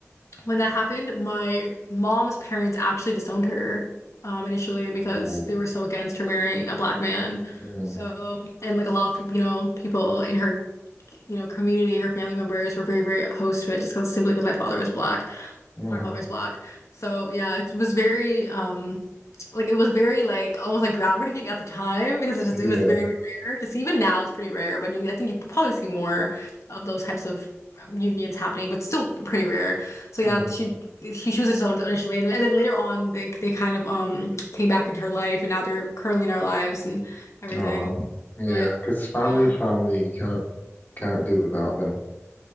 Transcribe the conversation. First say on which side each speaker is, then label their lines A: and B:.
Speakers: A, on the left (about 75°); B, on the left (about 40°).
A: when that happened, my mom's parents actually disowned her um initially because
B: Whoa.
A: they were so against her marrying a black man.
B: Mm,
A: So, and like a lot of, you know, people in her you know, community, her family members were very, very opposed to it just because simply because my father was black,
B: mm,
A: my father was black. So yeah, it was very um like it was very like almost like groundbreaking at the time because it just
B: yeah.
A: it was very rare to see. Even now it's pretty rare, but you I think you probably see more of those types of um, unions happening, but still pretty rare. So
B: Mm,
A: yeah, she she, she was his own initially, and, then- and then later on they they kind of um came back into her life, and now they're currently in our lives and everything.
B: oh, yeah.
A: But
B: Because family's
A: yeah.
B: family. You can't can't do without them.